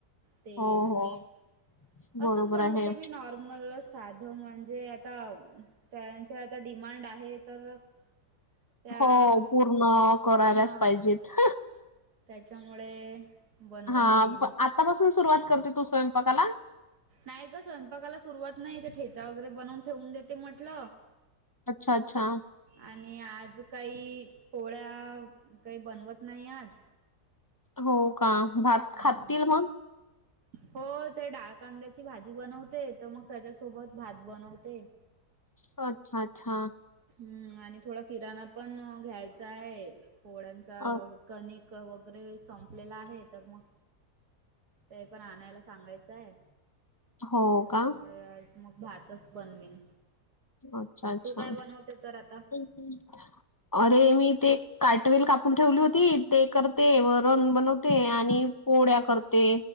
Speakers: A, on the right; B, on the left.
A: तेल,
B: हो, हो.
A: मीट
B: बरोबर
A: असच बनवते
B: आहे.
A: मी नॉर मला साध म्हणजे आता त्यांच्या आता डिमांड आहे तर त्या
B: हो पूर्ण करायलाच
A: हा
B: पाहिजेत.
A: त्याच्यामुळे बनवत
B: हा
A: होती मी
B: आतापासून सुरुवात करते तू स्वयंपाकाला.
A: नाही ग स्वयंपाकाला सुरुवात नाही. ते ठेचा वगैरे बनवून ठेवून देते म्हटल.
B: अच्छा अच्छा
A: आणि आज काही पोळ्या काही बनवत नाही आज.
B: हो का भात खातील
A: हा
B: मग?
A: हो ते डाळकांद्याची भाजी बनवते, तर मग त्याच्यासोबत भात बनवते.
B: हो अच्छा अच्छा
A: हम्म आणि थोडा किराणा पण घ्यायचा आहे. पोळ्यांचा
B: अ
A: व कणिक वगैरे संपलेला आहे तर मग ते पण आणायला सांगायच आहे.
B: हो
A: त्याच्यामुळे
B: का?
A: आज मग भातच बनवीन.
B: अच्छा, अच्छा.
A: तू काय बनवते तर आता.
B: <inaudible> अरे मी ते काटवेल कापून ठेवली होती. ते करते. वरण बनवते. आणि पोळ्या करते.